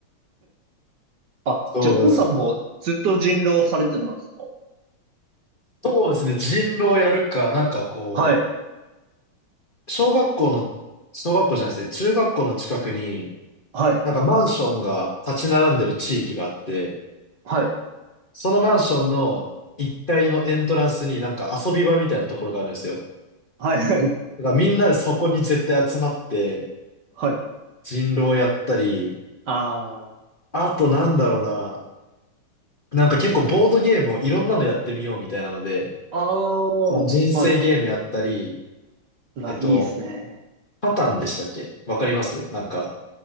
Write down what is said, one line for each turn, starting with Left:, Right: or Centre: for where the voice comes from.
Right: あ、
Left: そうなんですよ。
Right: じゃあ、コウさんもずっと人狼されてたんですか
Left: そうですね。人狼やるか、なんかこ
Right: はい、
Left: う、小学校の、小学校じゃないですね。中学校の近くに、
Right: はい、
Left: なんかマンションが立ち並んでる地域があって、
Right: はい、
Left: そのマンションの1階のエントランスになんか遊び場みたいなところがあるんですよ。
Right: はい、はい。
Left: だからみんなでそこに絶対集まって
Right: はい。
Left: 人狼やったり、
Right: あ
Left: あとなんだろうな、なんか結構ボードゲームをいろんなのやってみようみたいなので、
Right: あ、ああ、
Left: その人生ゲームやったり、
Right: はい。ら、
Left: えっと、
Right: いいですね。
Left: パタンでしたっけわかりますなんか、